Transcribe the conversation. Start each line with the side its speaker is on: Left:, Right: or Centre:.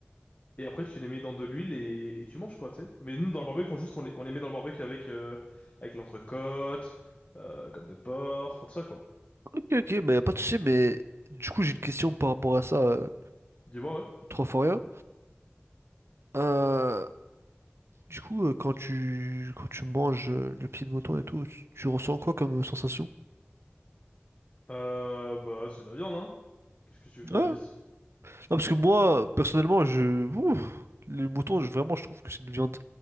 Left: et après tu les mets dans de l'huile et, et tu manges quoi tu sais. Mais nous dans le barbecue on juste on les, on les met dans le barbecue avec euh, avec l'entrecôte, euh, côte de porc, enfin tout ça quoi.
Right: Ok, ok, mais y a pas de souci, mais du coup j'ai une question par rapport à ça, euh,
Left: Dis-moi ouais.
Right: trop fort rien. Euh, du coup, euh, quand tu quand tu manges euh, le pied de mouton et tout, tu, tu ressens quoi comme euh, sensation?
Left: Euh, bah c'est de la viande hein. Qu'est-ce que tu veux que je
Right: Ouais.
Left: te
Right: Ouais,
Left: dise?
Right: Non, parce que moi, personnellement, je. Ouh, les moutons, je- vraiment, je trouve que c'est une viande